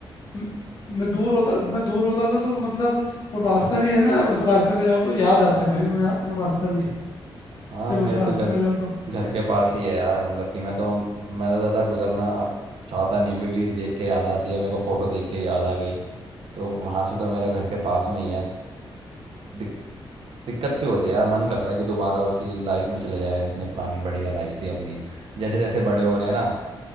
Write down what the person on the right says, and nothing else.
हाँ
मेरे
तो घर
घर के पास ही है यार मतलब कि मैं तो मैं तो ज़्यादा गुजरना अब चाहता नहीं हूँ क्योंकि देख के याद आती है मेरे को फोटो देख के याद आ गई तो वहाँ से तो मेरा घर के पास में ही है दिक, दिक्कत सी होती है यार मन करता है कि दोबारा उसी लाइफ में चले जाए इतनी पुरानी बढ़िया लाइफ थी अपनी जैसे जैसे बड़े हो रहे हैं ना